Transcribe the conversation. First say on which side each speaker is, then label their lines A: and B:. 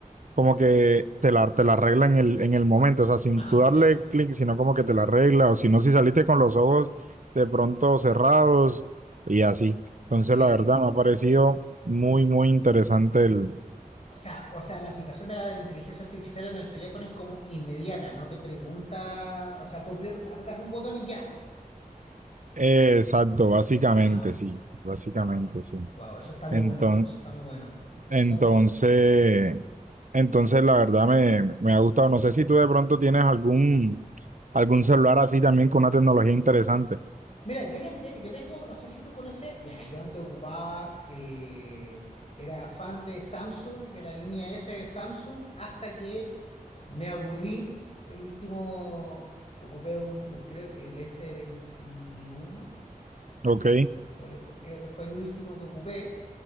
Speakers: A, on the right; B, on the left.
A: como que te la, te la arregla en el, en el momento, o sea, sin
B: Ah,
A: tú
B: mira.
A: darle clic, sino como que te la arregla, o si no, si saliste con los ojos de pronto cerrados y así. Entonces,
B: Eh,
A: la verdad, me ha parecido muy, muy interesante el...
B: o sea, o sea, la aplicación de la inteligencia artificial en el teléfono es como inmediata, no te pregunta, o sea, tú pre- apretas un botón y ya.
A: eh, exacto, básicamente,
B: Wow,
A: sí, básicamente,
B: wow,
A: sí.
B: wow, eso está muy
A: Enton-
B: bueno, eso está muy bueno, eso
A: entonces,
B: está bueno.
A: entonces, la verdad, me, me ha gustado. No sé si tú de pronto tienes algún, algún celular así también con una tecnología interesante.
B: Mira, yo lo que tengo, yo tengo, no sé si tú conoces, mira, yo antes ocupaba, eh, era fan de Samsung, de la línea S de Samsung, hasta que me aburrí. El último, ocupé un, un- creo que el s veintiuno
A: Ok,
B: o el S, creo que fue el último que ocupé,